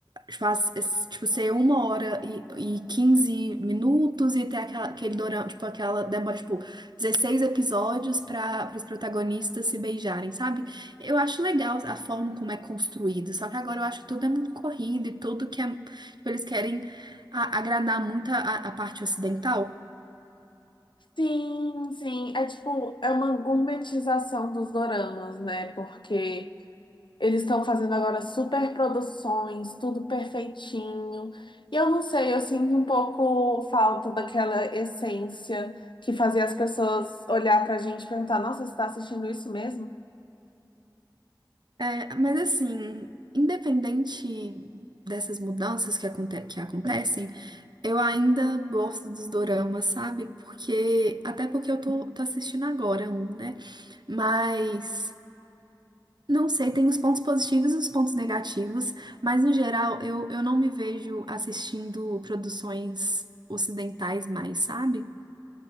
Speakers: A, on the right; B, on the left.
A: tipo, as- es- tipo, ser uma hora e, e 15 minutos e ter aquela, aquele dorama, tipo, aquela demora, tipo, 16 episódios para os protagonistas se beijarem, sabe? Eu acho legal a forma como é construído, só que agora eu acho que tudo é muito corrido e tudo que é, tipo, eles querem a- agradar muito a, a parte ocidental.
B: Sim, sim. É tipo, é uma gourmetização dos doramas, né? Porque eles estão fazendo agora super produções, tudo perfeitinho. E eu não sei, eu sinto um pouco falta daquela essência que fazia as pessoas olhar pra gente e perguntar: Nossa, você tá assistindo isso mesmo?
A: É, mas assim, independente dessas mudanças que, aconte que acontecem, eu ainda gosto dos doramas, sabe? Porque, até porque eu tô, tô assistindo agora um, né? Mas, não sei, tem os pontos positivos e os pontos negativos, mas no geral eu, eu não me vejo assistindo produções ocidentais mais, sabe?